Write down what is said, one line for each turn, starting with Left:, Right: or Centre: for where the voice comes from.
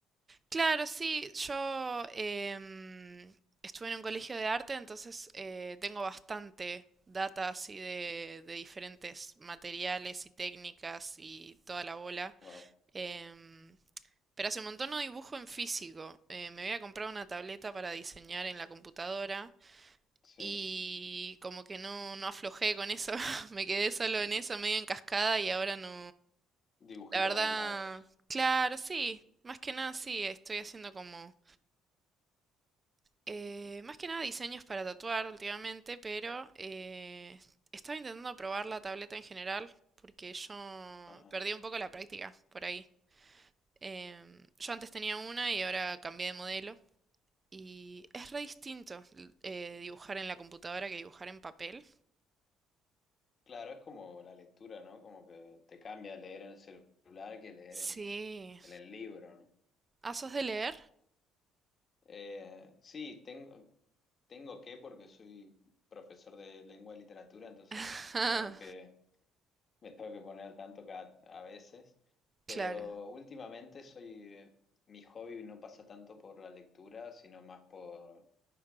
Right: Claro, sí, yo em, estuve en un colegio de arte, entonces eh, tengo bastante data así de, de diferentes materiales y técnicas y toda la bola.
Left: Wow,
Right: Em, pero hace un montón no dibujo en físico. Eh, me había comprado una tableta para diseñar en la computadora
Left: sí.
Right: y como que no, no aflojé con eso. <laughs> Me quedé solo
Left: Ujú.
Right: en eso, medio en cascada y ahora no...
Left: Dibujitos
Right: La verdad,
Left: animados.
Right: claro, sí. Más que nada sí, estoy haciendo como... Eh, más que nada diseños para tatuar últimamente, pero eh, estaba intentando probar la tableta en general porque yo
Left: Ajá.
Right: perdí un poco la práctica por ahí. Em, yo antes tenía una y ahora cambié de modelo y es re distinto l- eh, dibujar en la computadora que dibujar en papel.
Left: Claro, es como la lectura, ¿no? Como que te cambia leer en el celular que leer
Right: Sí.
Left: en, en el libro, ¿no?
Right: Ah, ¿sos de leer?
Left: Eh, sí, tengo, tengo que porque soy profesor de lengua y literatura, entonces
Right: <laughs> Ah,
Left: tengo que, me tengo que poner al tanto cada, a veces, pero
Right: claro.
Left: últimamente soy, eh, mi hobby no pasa tanto por la lectura, sino más por,